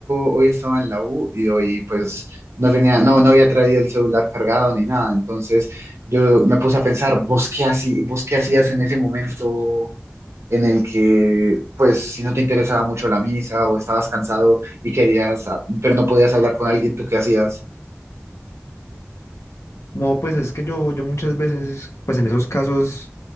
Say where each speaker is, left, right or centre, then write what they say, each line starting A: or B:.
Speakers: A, on the right; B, on the left.
A: hoy estaba en la U y hoy pues no tenía, no, no había traído el celular cargado ni nada. Entonces yo me puse a pensar, ¿vos qué así, vos qué hacías en ese momento en el que pues si no te interesaba mucho la misa o estabas cansado y querías, ah, pero no podías hablar con alguien, ¿tú qué hacías?
B: No, pues es que yo, yo muchas veces, pues en esos casos,